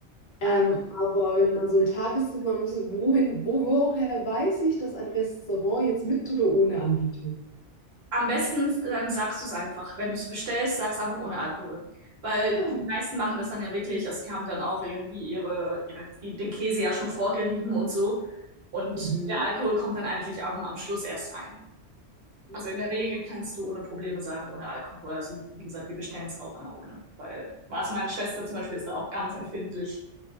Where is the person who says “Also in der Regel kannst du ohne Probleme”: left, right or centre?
Right